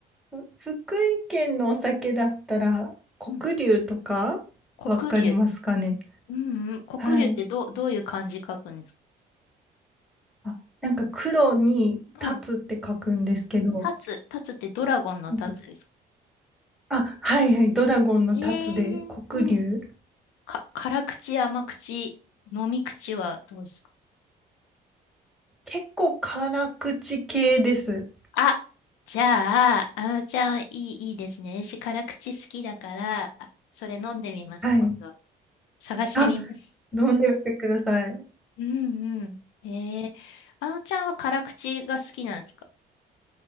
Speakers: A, in the centre; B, on the left.
A: ーふ福井県のお酒だったら、黒龍とか、
B: うん、黒龍。
A: わかりますかね。
B: うんうん、黒龍ってどう、
A: はい。
B: どういう漢字書くんですか
A: あ、なんか黒に立つって書くんですけど、
B: うん、立つ、立つってドラゴンの立つですか
A: なんかあ、はいはい、ドラゴンの立つで、
B: えー、
A: 黒龍。
B: うん。か、辛口、甘口、飲み口はどうですか
A: 結構辛口系です。
B: あ、じゃあ、あのちゃん、いい、いいですね。私、辛口好きだから、あそれ飲んでみます、
A: はい。
B: 今度。探してみます。
A: あ、飲んでみてください。
B: うんうん。へえあのちゃんは辛口が好きなんですか